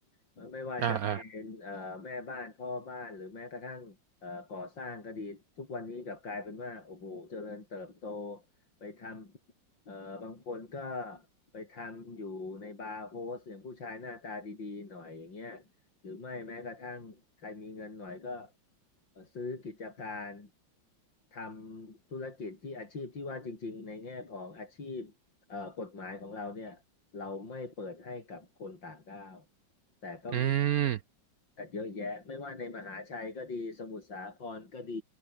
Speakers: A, on the left; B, on the right.
A: ไม่ไม่ว่าจะเป็นเอ่อแม่บ้านพ่อบ้านหรือแม้กระทั่งเอ่อก่อสร้างก็ดีทุกวันนี้กลับกลายเป็นว่าโอ้โหเจริญเติบโต
B: อ่าอ่า
A: ไปทำเอ่อบางคนก็ไปทำอยู่ในบาร์โฮสอย่างผู้ชายหน้าตาดีๆหน่อยอย่างเงี้ย หรือไม่แม้กระทั่งใครมีเงินหน่อยก็เอ่อซื้อกิจการทำธุรกิจที่อาชีพที่ว่าจริงๆในแง่ของอาชีพเอ่อกฎหมายของเราเนี่ยเราไม่เปิดให้กับคนต่างด้าวแต่ก็มี
B: อืม
A: กันเยอะแยะไม่ว่าในมหาชัยก็ดีสมุทรสาครก็ดี